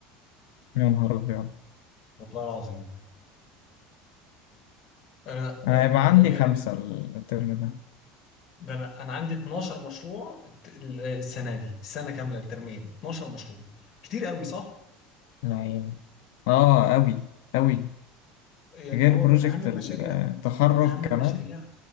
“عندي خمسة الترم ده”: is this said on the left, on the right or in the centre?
Left